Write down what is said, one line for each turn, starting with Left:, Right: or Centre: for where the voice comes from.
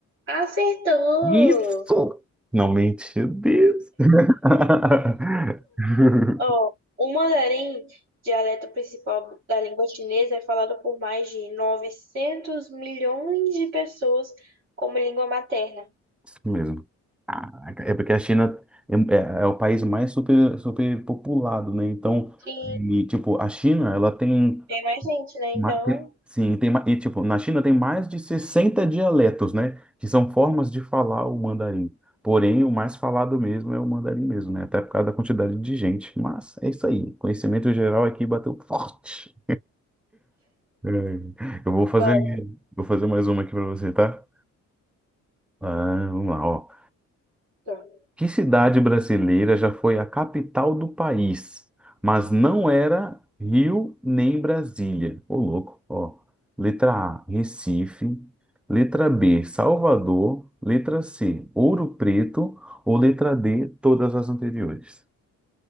Right: acertou!
Centre: Isso! Não mente, Deus. <laughs>
Right: Ó, o mandarim, dialeto principal da língua chinesa, é falado por mais de 900 milhões de pessoas como língua materna.
Centre: Isso mesmo. Caraca, É porque a China é, é- é o país mais super, superpopulado, né? Então,
Right: Sim,
Centre: e, tipo, a China, ela tem
Right: tem mais gente, né? Então,
Centre: Ma- tem- Sim, tem, ma- e, tipo, na China tem mais de 60 dialetos, né? Que são formas de falar o mandarim. Porém, o mais falado mesmo é o mandarim mesmo, né? Até por causa da quantidade de gente. Mas é isso aí. Conhecimento geral aqui bateu forte. É, Eu vou fazer,
Right: vai,
Centre: vou fazer mais uma aqui para você, tá? Ah, vamos lá, ó.
Right: pergunta.
Centre: Que cidade brasileira já foi a capital do país, mas não era Rio nem Brasília? Ô, louco, ó. Letra A, Recife. Letra B, Salvador. Letra C, Ouro Preto. Ou letra D, todas as anteriores.